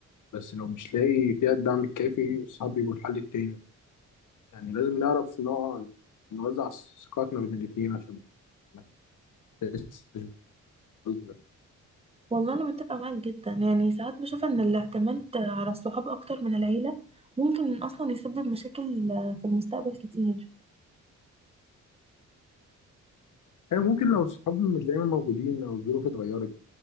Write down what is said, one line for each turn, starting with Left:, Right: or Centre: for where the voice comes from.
Left: بس لو مش لاقي فيها الدعم الكافي الصحاب بيبقوا الحل التاني يعني لازم نعرف نوع- نوزع ثقتنا بين الاتنين عشان ما نحسش بالظلم.
Right: والله أنا متفقة معاك جدا يعني ساعات بشوف إن الاعتماد على الصحاب أكتر من العيلة ممكن أصلا يسبب مشاكل في المستقبل كتير
Left: هي ممكن لو الصحاب مش دايما موجودين او الظروف اتغيرت